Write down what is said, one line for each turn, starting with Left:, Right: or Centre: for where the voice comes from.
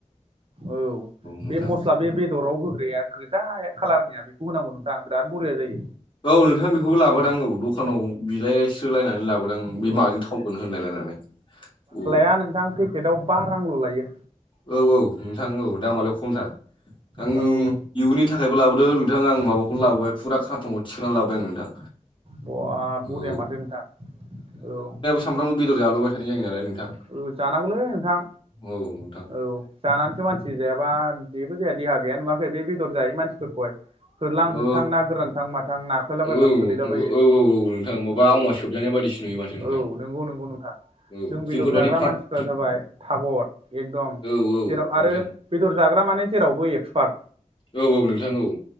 Right: औ औ
Left: नोंथां
Right: बे मस्ला बे बेदराव होग्राया गोजा खाालारनिया बेखौ होनांगौ नोंथां बिराद बरिया जायो
Left: औ नोंथां बेखौबो लाबोदां औ द'खानाव बिलायस्रो लायनानै लाबो दां
Right: औ
Left: बे माजों थावगोन होनलायलायनानै औ।
Right: दा नोंथां फे पेटआव बा रांल' लायो।
Left: औ औ नोंथां औ दामालाय खमथार आं
Right: औ औ
Left: इयुननि थाखायबो लाबोदों नों नोंथां आं माबाखौनो लाबोबाय फुरा खारथनखौ थिखांनानै लाबोबाय आं नोंथां
Right: बा बुरिया
Left: औ
Right: माथो नोंथां औ
Left: सानफ्राम बेदर जोबबाय थानाय जायो नालाय नोंथां
Right: औ जानांगौलै नोंथां
Left: औ नोंथां
Right: औ जानानैसो मानसि जायाबा जेबो जायहा देहा गैया नुवाखै बे बेदर जायै मानसि फोरखौहाय होरलां
Left: औ
Right: होदथां ना गोरानथां माथां नाख्लायलाबायबानो
Left: औ
Right: गोलैला बायो
Left: औ औ नोंथां माबा
Right: औ।
Left: आवमा सोबजानाय बायदिसो नुयो माथो नोंथां
Right: औ नोंगौ नोंगौ नोंथां।
Left: औ <unintelligible>
Right: दर जाग्रा मानसिफ्रा
Left: फ्रिद
Right: जाबाय थागर एकदम
Left: औ औ
Right: जेराव आरो
Left: नोंथां
Right: बेदर जाग्रा माने जेरावबो एक्सपार्ट
Left: औ औ नोंथां औ